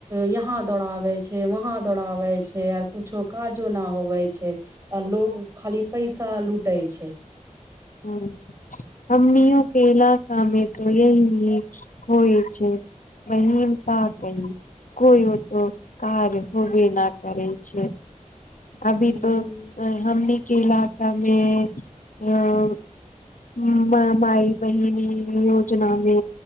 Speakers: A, on the right; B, on the left.
A: यहाँ दौड़ाबैत छै वहाँ दौड़ाबैत छै आर कुछो काजो न होवे छै आ लोग खाली पैसा लूटै छै
B: ह हमनीओ केलक कामे त यही होइत छैक बहिन का कही कोइओ त कार्य होबय न करैत छै अभी
A: हूँ
B: तऽ अ हमनी केँ इलाका मे अ म माई बहिनी योजना मे